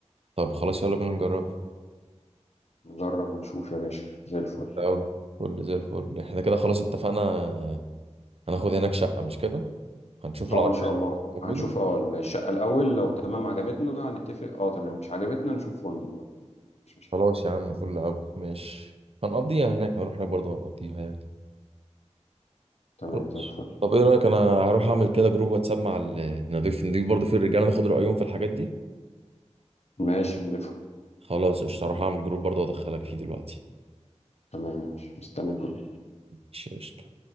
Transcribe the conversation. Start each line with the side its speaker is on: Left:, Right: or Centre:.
Right: طب خلاص يلا بينا نجربها
Left: نجرب ونشوف يا باشا زي الفل
Right: أوي فل زي الفل احنا كده خلاص اتفقنا آه، هناخد هناك شقة مش كده هنشوف العربية
Left: اه ان شاء الله
Right: لو موجودة
Left: هنشوف اه الشقة الاول لو تمام عجبتنا هنتفق اه تمام مش عجبتنا نشوف فندق بقى مفيش مشاكل
Right: خلاص يا عم فل أوي ماشي هنقضيها هناك هنروح هناك برضه هنقضيها يعني
Left: تمام
Right: خلاص
Left: زي الفل
Right: طب ايه رأيك انا هروح اعمل كده جروب واتساب مع ال- نضيف نضيف برضه فيه الرجالة ناخد رأيهم في الحاجات دي
Left: ماشي نضيفها
Right: خلاص قشطة هروح اعمل جروب برضه وادخلك فيه دلوقتي
Left: تمام يا باشا مستني الجروب
Right: ماشي قشطة